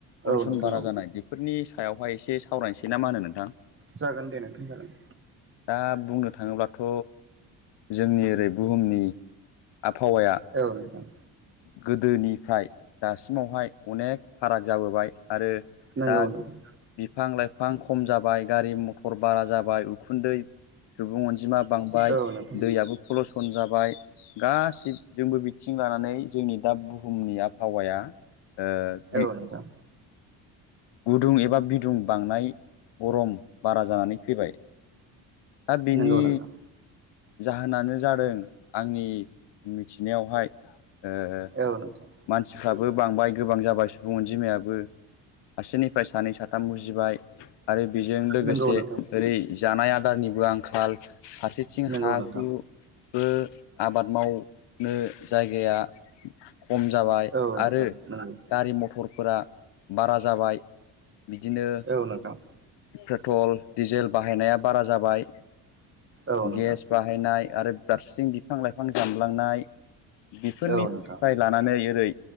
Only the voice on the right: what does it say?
औ नोंथां
औ
जागोन दे नोंथां जागोन।
औ नोंथां।
नंगौ
नोंथां
औ नोंथां
औ नोंथां
नोंगौ नोंथां।
औ नोंथां।
नंगौ नोंथां
नंगौ
नोंथां
औ नोंथां
नंगौ
औ नोंथां।
औ नोंथां
औ नोंथां